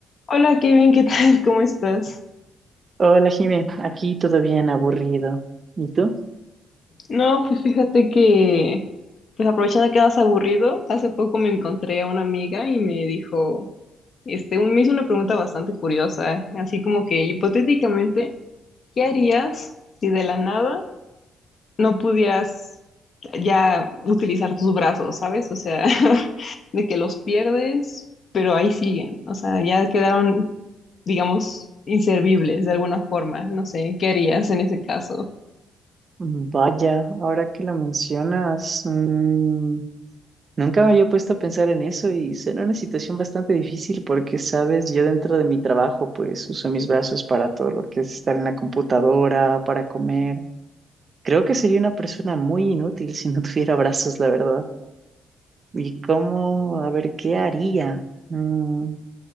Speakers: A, on the left; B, on the right.
A: Hola, Kevin, ¿qué tal? <laughs> ¿Cómo estás?
B: Hola, Jimé. Aquí todo bien, aburrido. ¿Y tú?
A: No, pues fíjate que, pues aprovechando que andas aburrido, hace poco me encontré a una amiga y me dijo, este, un- me hizo una pregunta bastante curiosa, así como que hipotéticamente, ¿qué harías si de la nada no pudieras ya utilizar tus brazos, ¿sabes? O sea, <laughs> de que los pierdes, pero ahí siguen, o sea, ya quedaron, digamos, inservibles de alguna forma, no sé, ¿qué harías en ese caso?
B: Vaya, ahora que lo mencionas, mm, nunca me había puesto a pensar en eso y será una situación bastante difícil porque, sabes, yo dentro de mi trabajo, pues uso mis brazos para todo lo que es estar en la computadora, para comer. Creo que sería una persona muy inútil si no <laughs> tuviera brazos, la verdad. ¿Y cómo? A ver, ¿qué haría? Mm,